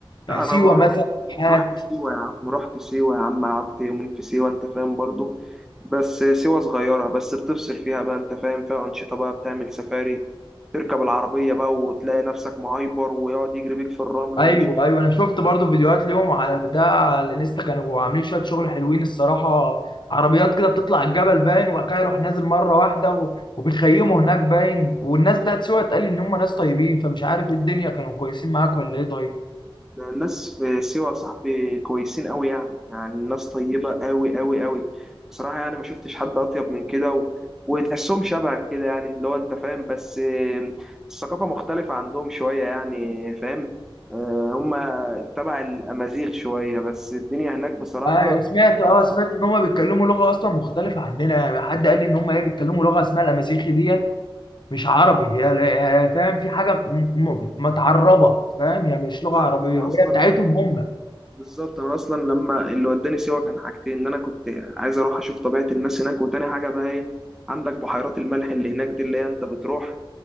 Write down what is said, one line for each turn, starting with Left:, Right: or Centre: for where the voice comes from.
Left: يعني
Centre: لا، انا
Left: سيوه
Centre: بقى رحت
Left: مثلا سياحات
Centre: رحت سيوه يا عم رحت سيوه يا عم قعدت يومين في سيوه انت فاهم برضو بس سيوه صغيره بس بتفصل فيها بقى انت فاهم فيها انشطه بقى بتعمل سفاري تركب العربية بقى وتلاقي نفسك معايبر ويقعد يجري بيك في الرمل
Left: ايوه
Centre: ومش
Left: ايوه انا شفت برضو فيديوهات ليهم على البتاع على الانستا كانوا عاملين شويه شغل حلوين الصراحه عربيات كده بتطلع الجبل باين وبعد كده يروح نازل مره واحده و- وبيخيموا هناك باين والناس بتاعت سيوه اتقال ان هم ناس طيبين فمش عارف ايه الدنيا كانوا كويسين معاك ولا ايه طيب
Centre: الناس في سيوة يا صاحبي كويسين قوي يعني يعني الناس طيبة قوي قوي قوي بصراحة يعني ما شفتش حد أطيب من كده و... وتحسهم شبهك كده يعني اللي هو أنت فاهم بس آه، الثقافة مختلفة عندهم شوية يعني فاهم آه، هما تبع الأمازيغ شوية بس الدنيا هناك بصراحة
Left: ايوه سمعت اه سمعت ان هم بيتكلموا لغه اصلا مختلفه عننا يعني حد قال لي ان هم ايه بيتكلموا لغه اسمها الامازيغي ديت مش عربي هي هي- فاهم في حاجه م- م- متعربه فاهم هي مش لغه
Centre: بالظبط
Left: عربيه
Centre: أنا
Left: وهي
Centre: أصلا
Left: بتاعتهم هم
Centre: بالظبط أنا أصلا لما اللي وداني سيوة كان حاجتين إن أنا كنت عايز أروح أشوف طبيعة الناس هناك وتاني حاجة بقى إيه عندك بحيرات الملح اللي هناك دي اللي هي أنت بتروح